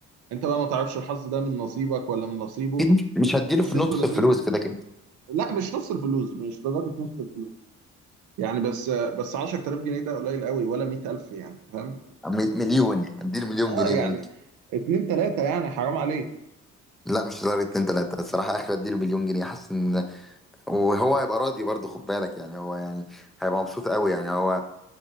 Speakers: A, on the right; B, in the centre.
A: انت بقى ما تعرفش الحظ ده من نصيبك ولا من نصيبه
B: أكيد مش هديله
A: بس
B: في نص
A: انتوا الاثنين
B: الفلوس كده كده
A: لا مش نص الفلوس مش لدرجه نص الفلوس يعني بس بس 10000 جنيه ده قليل قوي ولا 100000 يعني فاهم
B: م- مليون اديله مليون
A: اه
B: جنيه
A: يعني
B: ممكن
A: اتنين تلاتة يعني حرام عليك
B: لا مش لدرجه اتنين تلاته الصراحه اخر اديله مليون جنيه حاسس ان وهو هيبقى راضي برضه خد بالك يعني هو يعني هيبقى مبسوط قوي يعني هو